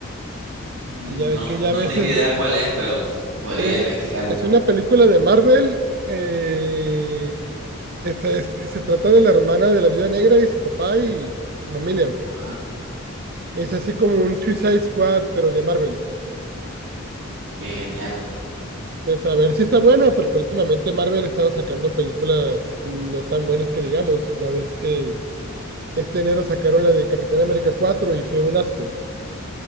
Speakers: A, on the right; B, on the right.
A: Mm,
B: Que ya,
A: No,
B: que ya
A: no
B: a veces
A: tengo idea
B: eh,
A: cuál es, pero podría
B: es,
A: investigarla.
B: de- es una película de Marvel, eh, esta es- se trata de la hermana de la Viuda Negra y su papá y su familia.
A: Ajá.
B: Es así como un Suicide Squad, pero de Marvel.
A: Qué genial.
B: Así. Pues a ver si está buena, porque últimamente Marvel estaba sacando películas no tan buenas que digamos. Ya ves que este enero sacaron la de Capitán América cuatro y fue un asco.